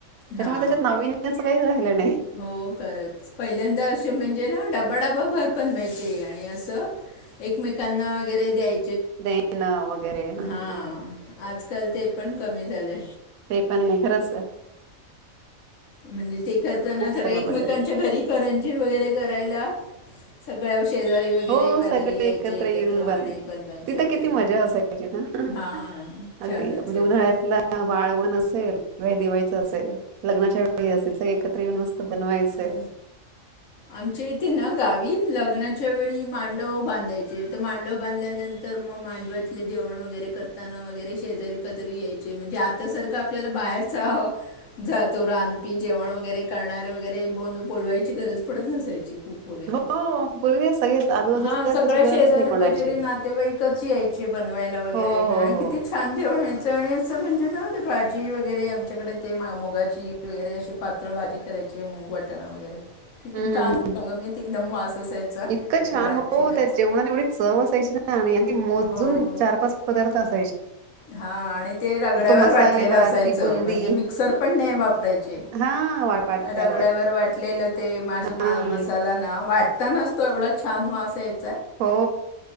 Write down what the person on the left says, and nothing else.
हा
हो खरच पहिल्यांदा असे म्हण म्हणजे ना डबा डबा भर पनवा्हायचे आणि असं एकमेकांना वगैरे द्याय
हां
आजकाल ते पण कमी झाले
म्हणजे ते खता नार
एकमेकांच्या
घरी करंजी वगैरे करायला सगळ्या शेजारी वगैरे
बाजारी
यायचे
आणि बनवायचे
वगैरे
हां
छानच
होतं
ह आमच्या इथे ना गावी लग्नाच्या वेळी मांडव बांधायचे तर मांडव बांधल्यानंतर मग मांडव्यातलं जेवण वगैरे करताना वगैरे शेजारी पाजारी यायचे म्हणजे आता सारखं आपल्याला बाहेरच जातो रांधपी जेवण वगैरे करणारे वगैरे बोलवायची गरज पडत नसायची कूक वगैरे
हा
सगळ्या
शेजारी
बजेरी नातेवाईकच यायचे बनवायला वगैरे
आणि
किती छान जेवणं चण्याचं म्हणजे ना ते भाजी वगैरे आमच्याकडे ते मुगाची वगैरे अशी पातळ भाजी करायचे ग वटाणा वगैरे किती
छान घमघमीत एकदम वास असायचा
ते भाजीलाच
हो
हा आणि ते रगड्यावर
वाटलेलं
असायचं
म्हणजे मिक्सर पण नाही वापरायचे
रगड्यावर वाटलेलं ते मास
मसाला ना वाटतानाच तो एवढा छान वास यायचा